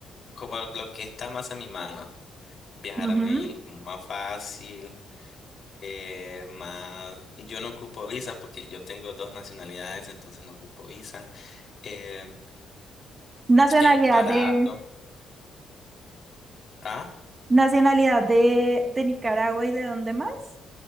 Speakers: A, on the left (about 50°); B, on the right (about 30°).
A: como lo que está más a mi mano. Viajar
B: Ujú.
A: a Medellín como más fácil, eh, más... Yo no ocupo visa porque yo tengo dos nacionalidades, entonces no ocupo visa. Eh,
B: Nacionalidad
A: es barato.
B: de,
A: Ah,
B: nacionalidad de, de Nicaragua y de dónde más?